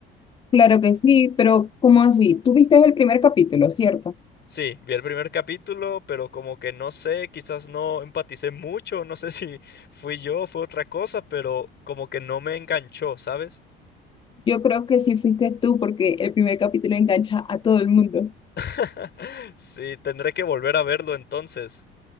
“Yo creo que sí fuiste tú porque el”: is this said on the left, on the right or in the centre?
Left